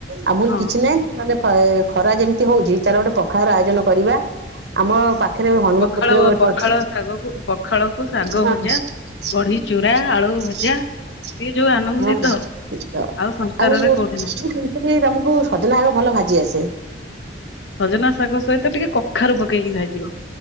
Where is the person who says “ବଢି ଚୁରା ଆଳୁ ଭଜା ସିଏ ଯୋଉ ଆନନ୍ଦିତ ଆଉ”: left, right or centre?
Left